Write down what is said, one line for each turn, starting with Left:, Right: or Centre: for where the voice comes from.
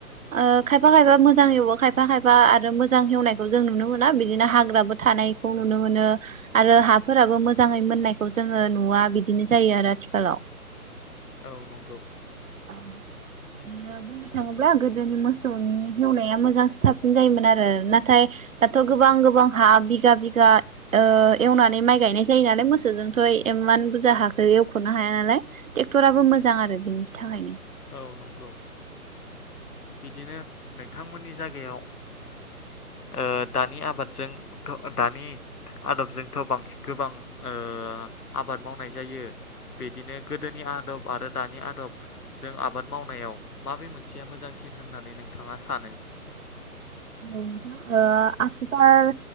Right: ओ खायफा खायफा मोजाङ एवो खायफा खायफा आरो मोजां हेवनायखौ जों नुनो मोना बिदिनो हाग्राबो थानायखौ नुनो मोनो आरो हाफोराबो मोजाङै मोननायखौ जोङो नुवा बिदिनो जायो आरो हेलौ
Left: औ नंगौ
Right: औ बुंनो थाङोब्ला गोदोनि मोसौनि एवनाया मोजां साबसिन जायोमोन आरो नाथाय दाथ' गोबां गोबां हा बिगा बिगा ओ एवनानै माइ गायनाय जायो नालाय मोसौजोंथ' इमान बुरजा हाखौ एवख'नो हाया नालाय ट्रेक्टराबो मोजां आरो बेनि थाखायनो
Left: औ नंगौ बिदिनो नोंथांमोननि जायगायाव ओ दानि आब आबादजोंथ' दानि आदबजोंथ' बांसिन गोबां ओ आबाद मावनाय जायो बिदिनो गोदोनि आदब आरो दानि आदब जों आबाद मावनायाव माबे मोनसेया मोजांसिन होननानै नोंथाङा सानो?
Right: ओ आथिखाल